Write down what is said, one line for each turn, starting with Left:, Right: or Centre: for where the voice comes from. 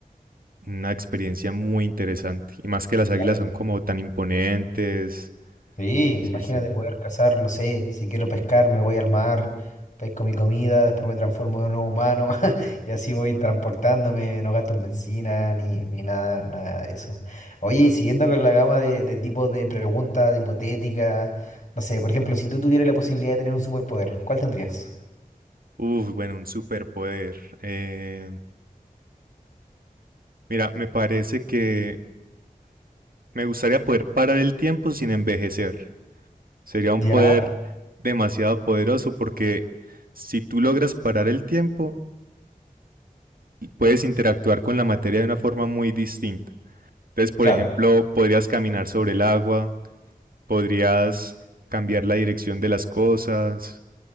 Right: una experiencia muy interesante. Y más que las águilas
Left: claro
Right: son como tan imponentes.
Left: Sí,
Right: Sí,
Left: imagínate
Right: sí, sí.
Left: poder cazar, no sé, si quiero pescar me voy al mar, pesco mi comida, después me transformo en un humano <laughs> y así voy transportándome, no gasto en benzina ni, ni nada, nada de eso. Oye, y siguiendo con la gama de, de tipos de preguntas hipotéticas, no sé, por ejemplo, si tú tuvieras la posibilidad de tener un superpoder, ¿cuál tendrías?
Right: Uf, bueno, un superpoder. Eh, mira, me parece que me gustaría poder parar el tiempo sin envejecer. Sería un
Left: Ya,
Right: poder demasiado poderoso porque si tú logras parar el tiempo, puedes interactuar con la materia de una forma muy distinta. Entonces, por
Left: claro,
Right: ejemplo, podrías caminar sobre el agua, podrías cambiar la dirección de las cosas,